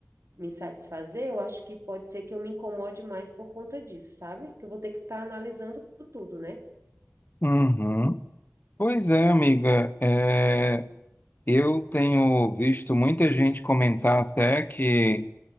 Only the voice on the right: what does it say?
me satisfazer, eu acho que pode ser que eu me incomode mais por conta disso, sabe? Que eu vou ter que estar analisando tudo, né?